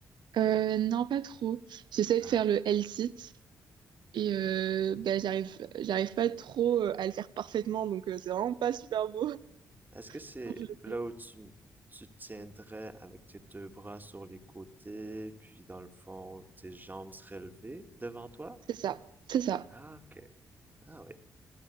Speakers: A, on the right (about 65°); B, on the right (about 20°).
A: Euh, non, pas trop. J'essaie
B: Ah,
A: de faire
B: ok.
A: le L-sit et euh, ben, j'arrive, j'arrive pas trop euh, à le faire parfaitement, donc euh, c'est vraiment pas super beau <laughs>
B: Est-ce que c'est
A: quand je le
B: là
A: fais.
B: où tu, tu tiendrais avec tes deux bras sur les côtés, puis dans le fond, tes jambes seraient levées devant toi?
A: C'est ça, c'est ça.
B: Ah, ok. Ah, oui.